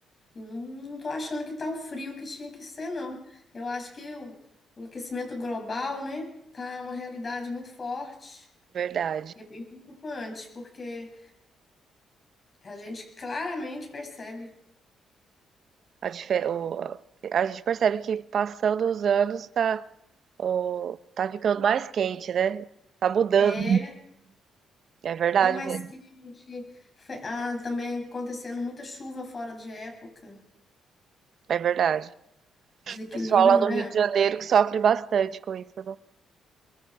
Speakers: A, on the left; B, on the right.
A: E não, não tô achando que tá o frio que tinha que ser, não. Eu acho que o, o aquecimento global, né, tá uma realidade muito forte.
B: Verdade.
A: E é bem preocupante, porque a gente claramente percebe.
B: A, dife- o- a gente percebe que passando os anos tá, o- tá ficando mais quente, né? Tá mudando.
A: É,
B: É verdade
A: tá mais
B: mesmo.
A: quente. fe- Ah, também acontecendo muita chuva fora de época.
B: É verdade.
A: Desequilíbrio,
B: Pessoal lá do
A: né?
B: Rio de Janeiro que sofre bastante com isso, né?